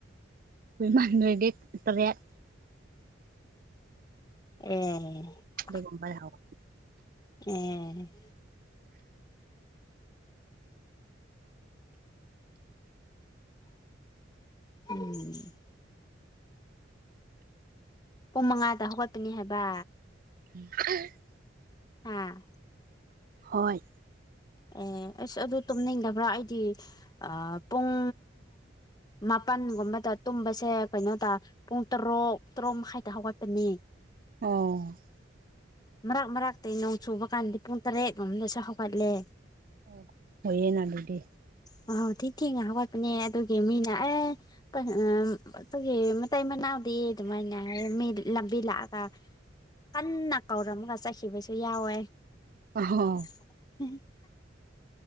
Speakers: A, on the right; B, on the left.
A: ꯋꫭꯏꯃꯥ ꯅꫭꯏꯗꯤ ꯇꯔꯦꯠ
B: ꯑꯦ
A: ꯑꯗꯨꯒꯨꯝꯕ <unintelligible>
B: ꯑꯦ <unintelligible> ꯄꯨꯡ ꯃꯉꯥꯗ ꯍꯧꯒꯠꯄꯅꯤ ꯍꯥꯏꯕ
A: <unintelligible>
B: ꯍꯥꯥ
A: ꯍꯣꯏ
B: ꯑꯦ ꯑꯁ ꯑꯗꯨ ꯇꯨꯝꯅꯤꯡꯗꯕ꯭ꯔꯥ ꯑꯩꯗꯤ ꯑꯥ ꯄꯨꯡ ꯃꯥꯄꯟꯒꯨꯝꯕꯗ ꯇꯨꯝꯕꯁꯦ ꯀꯩꯅꯣꯇ ꯄꯨꯡ ꯇꯔꯣꯛ ꯇꯔꯨꯛ ꯃꯈꯥꯏꯗ ꯍꯧꯒꯠꯄꯅꯦ
A: ꯑꯣ
B: ꯃꯔꯛ ꯃꯔꯛꯇꯥ ꯅꯣꯡ ꯆꯨꯕ ꯀꯥꯟꯗꯤ ꯄꯨꯡ ꯇꯔꯦꯠ ꯀꯨꯝꯗꯁꯨ ꯍꯧꯒꯠꯂꯦ
A: ꯑꯣ ꯐꯩꯌꯦꯅꯗꯨꯗꯤ
B: ꯌꯥꯍꯧ ꯊꯤ ꯊꯤꯡꯅ ꯍꯧꯒꯠꯄꯅꯦ ꯑꯗꯨꯒꯤ ꯃꯤꯅ ꯑꯦ <unintelligible> ꯃꯇꯩ ꯃꯅꯥꯎꯗꯤ ꯑꯗꯨꯃꯥꯏꯅ ꯍꯥꯌꯦ ꯃꯤ ꯂꯝꯕꯤ ꯂꯥꯛꯑꯒ ꯀꯟꯅ ꯀꯧꯔꯝꯃꯒ ꯆꯠꯈꯤꯕꯁꯨ ꯌꯥꯎꯋꯦ
A: ꯑꯣꯍꯣ
B: <unintelligible>